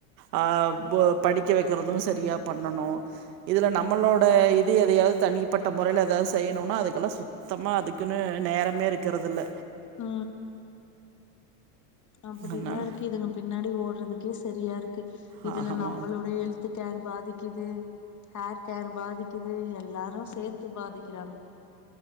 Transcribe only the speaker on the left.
ஆமா ஆமா
உ அப்படிதா
இருக்கு இதுங்க பின்னாடி ஓடுறதுக்கே சரியா இருக்கு
இதுல
நம்மளோடைய ஹெல்த் சத்து கேர் பாதிக்குது ஹேர் கேர் பாதிக்குது எல்லாரு சேர்த்து பாதிக்கிறாங்க